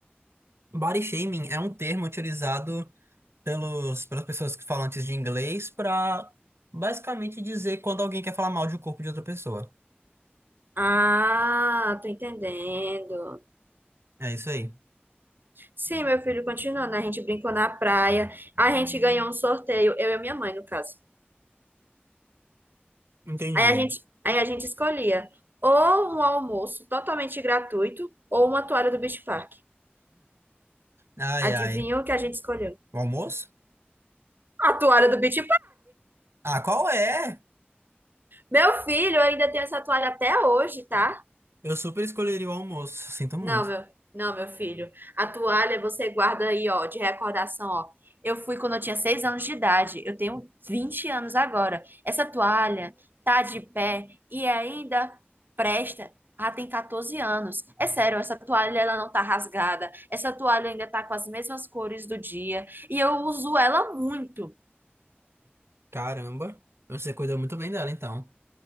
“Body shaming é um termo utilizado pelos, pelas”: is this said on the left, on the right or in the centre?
Right